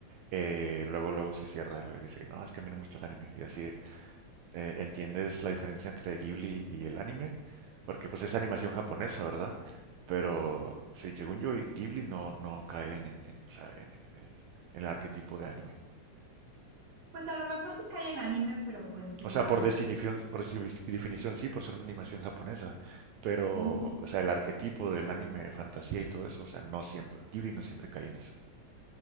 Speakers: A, on the right (about 75°); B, on the right (about 60°).
A: eh, luego, luego se cierra y dice, no, es que a mí no me gusta el anime. Y así, de, eh, ¿entiendes la diferencia entre Ghibli y el anime? Porque pues es animación japonesa, ¿verdad? Pero sí, según yo, Ghibli no, no cae en, en- en, o sea, en- en el, en el arquetipo de anime.
B: Pues a lo mejor sí cae en anime, pero pues igual.
A: O sea, por definición,
B: que-
A: por desi- definición sí, por ser una animación japonesa, pero,
B: Ujú.
A: o sea, el arquetipo del anime, fantasía y todo eso, o sea, no siempre, Ghibli no siempre cae en eso.